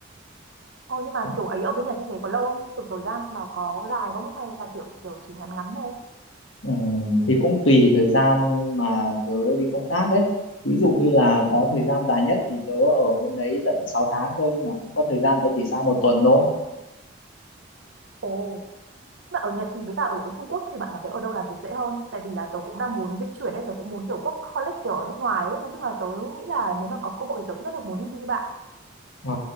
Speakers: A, on the right; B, on the left.
A: Ồ, nhưng mà
B: ạ.
A: kiểu ấy ở bên Nhật như thế có lâu không? Kiểu thời gian nó có dài không? Hay là kiểu, kiểu chỉ ngắn ngắn thôi?
B: ừ, thì cũng tùy thời gian mà tớ đi công tác đấy ví dụ như là có thời gian dài nhất thì tớ ở bên đấy tận 6 tháng cơ nhưng mà cũng có thời gian tớ chỉ sang một tuần thôi
A: Ồ. Mà ở Nhật thì với cả ở, ở Trung Quốc thì bạn cảm thấy ở đâu làm việc dễ hơn? Tại vì là tớ cũng đang muốn dịch chuyển ấy, tớ cũng muốn kiểu workaholic kiểu ở nước ngoài ấy. Nói chung là tớ nghĩ là nếu mà có cơ hội thì tớ cũng rất là muốn đi như bạn.
B: ờ